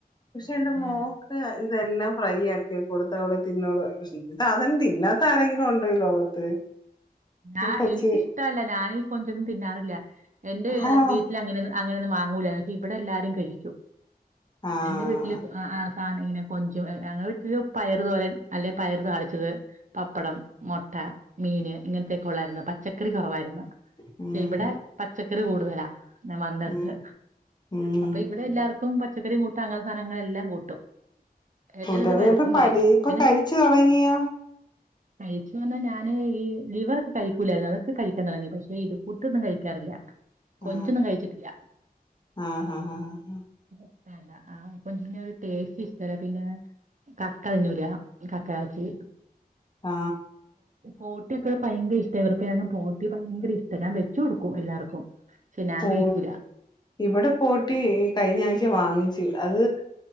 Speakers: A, on the left; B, on the right.
A: പക്ഷെ
B: അതെ
A: എന്റെ മോക്ക് ഇതെല്ലാം ഫ്രൈ ആക്കി കൊടുത്ത അവള് തിന്നോളും <unintelligible> തിന്നാത്ത ആരെങ്കിലും ഉണ്ടോ ഈ ലോകത്ത്
B: ആ
A: കൊച്ച്
B: എനിക്കിഷ്ടല്ല ഞാനീ കൊഞ്ചൊന്നും തിന്നാറില്ല എന്റെ
A: ആണോ
B: വീട്ടിൽ അങ്ങനെന്നു അ അങ്ങനെന്നും മാങ്ങൂല ന്നട്ട് ഇബടെ ല്ലാരും കഴിക്കും
A: ആഹ്
B: എന്റെ വീട്ടില് അ ആ സാനം ഇങ്ങനെ കൊഞ്ചും അ് ഞങ്ങളെ വീട്ടില് പയറ് തോരൻ അല്ലെ പയറ് താളിച്ചത് പപ്പടം മൊട്ട മീൻ ഇങ്ങനത്തെക്കൊള്ളായിരുന്നു പച്ച ക്കറി കൊവായിരുന്നു പക്ഷെ
A: ഉം
B: ഇവടെ പച്ചക്കറി കൂടുതലാ ഞാൻ വന്നെട്ത്ത്
A: ഉം ഉം
B: അപ്പൊ ഇവടെ എല്ലാർക്കും പ ചച്ചക്കറി കൂട്ടാ അങ്ങൻത്ത സാധനങ്ങളെല്ലാം കൂട്ടും എന്റെ
A: കൂട്ട
B: എന്നിട്ട്
A: <unintelligible>
B: വഴക്കും
A: പടി
B: പറയും
A: ഇപ്പൊ
B: പിന്നെ
A: കഴിച്ചു തൊടങ്ങിയോ
B: കഴിച്ചു ങ്ങനെ ഞ ന് ഈ ലിവറൊക്കെ കഴിക്കൂലായിരുന്നു അതൊക്കെ കഴിക്കാൻ തുടങ്ങി പക്ഷെ ഇത് കൂട്ടൊന്നും കഴിക്കാറില്ല
A: ആ
B: കൊഞ്ചൊന്നും കഴിച്ചിട്ടില്ല
A: അ അ അ ആ
B: ഇല്ല ല്ല ആ കൊഞ്ചിൻ്റൊരു ടേസ്റ്റ് ഷ്ടല്ല പിന്നെ കക്ക തിഞ്ഞൂല കക്ക എറച്ചി
A: ആ
B: പോട്ട്യൊക്കെ പയങ്കര ഇഷ് ചെവർക്ക അങ്ങ് പോട്ടി ഭയങ്കര ഇഷ്ട ഞാ വെച്ചൊട്ക്കും എല്ലാർക്കും പക്ഷെ ഞാൻ
A: ഓ
B: കഴിക്കൂല
A: ഇവടെ പോട്ടി കഴിഞ്ഞാഴ്ച വാങ്ങിച്ചു അത്